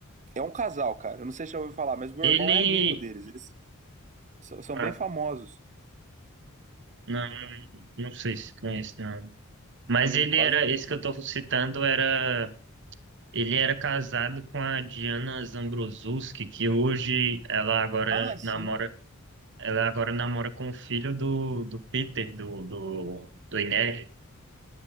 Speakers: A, on the right; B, on the right.
A: é um casal, cara. Eu não sei se já ouviu falar, mas meu
B: Ele.
A: irmão é amigo deles. Eles so- são
B: Ah,
A: bem famosos.
B: não, não sei se conhece, não. Mas
A: Tem
B: ele
A: quase
B: era.
A: um
B: Esse que eu
A: milhão.
B: tô citando era. Ele era casado com a Diana Zambrosuski, que hoje ela agora
A: Ah, sim.
B: namora Ela agora namora com o filho do, do Peter, do, do, do Inez.